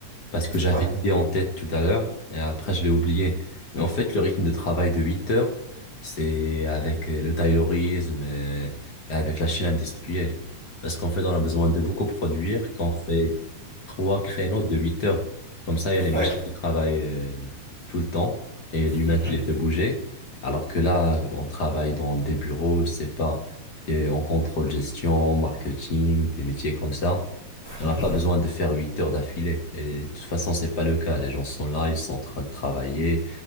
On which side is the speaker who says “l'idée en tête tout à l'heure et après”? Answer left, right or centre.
Left